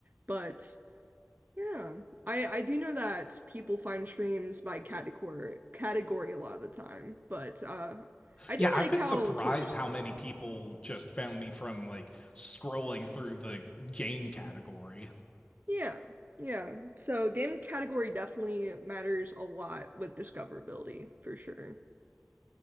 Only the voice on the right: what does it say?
but Yeah. I I do know that people find streams by category category a lot of the time, but uh I
do
like
how
Twitch
does that.
Yeah. Yeah. So game category definitely matters a lot with discoverability for sure.